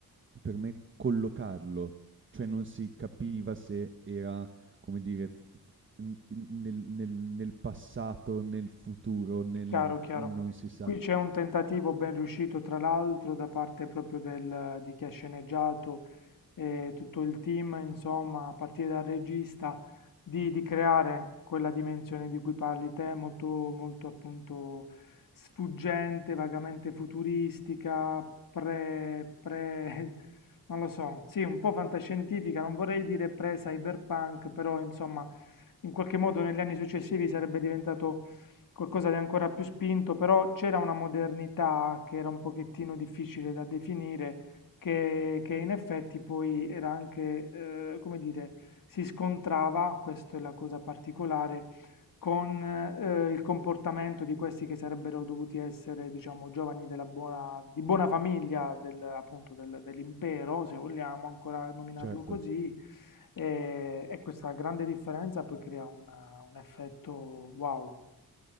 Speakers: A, on the right (about 30°); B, on the left (about 60°).
A: per me collocarlo, cioè non si capiva se era, come dire, f f n in nel nel nel passato, nel futuro, nel
B: Chiaro, chiaro.
A: non si sa.
B: Qui c'è un tentativo ben riuscito, tra l'altro, da parte proprio del- di chi ha sceneggiato e tutto il team, insomma, a partire dal regista, di, di creare quella dimensione di cui parli te, molto, molto appunto sfuggente, vagamente futuristica, pre, pre, <laughs> non lo so, sì, un po' fantascientifica, non vorrei dire pre-cyberpunk, però insomma, in qualche modo negli anni successivi sarebbe diventato qualcosa di ancora più spinto, però c'era una modernità che era un pochettino difficile da definire, che, che in effetti poi era anche, eh, come dire, si scontrava, questa è la cosa particolare, con eh, il comportamento di questi che sarebbero dovuti essere, diciamo, giovani della buona, di buona famiglia, del- appunto del- dell'impero, se vogliamo ancora nominarlo
A: Certo.
B: così, e, e questa grande differenza poi crea un, un effetto wow.